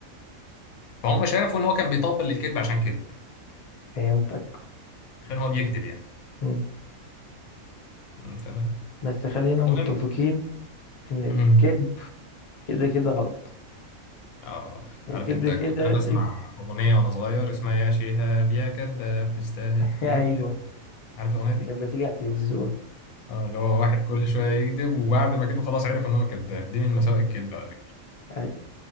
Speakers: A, on the left; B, on the left.
A: فهم شافوا ان هو كان بيطبل للكذب عشان كده
B: فهمتك
A: عشان هو بيكذب يعني
B: مم.
A: مم، تمام
B: بس خلينا متفقين
A: مهم
B: ان
A: مم.
B: الكذب كده كده غلط
A: اه
B: وكده
A: عارف انت
B: كده
A: كنت انا بسمع اغنيه وانا صغير اسمها يا شهاب يا كذاب تستاهل
B: <laughs>
A: اكلت
B: ايوه
A: يا عارف الاغنيه دي؟
B: كانت بتيجي على التلفزيون
A: اه اللي هو واحد كل شويه يكذب وبعد ما كده خلاص عرف ان هو كذاب دي من مساوئ
B: ايوه
A: الكذب على فكره
B: ايوه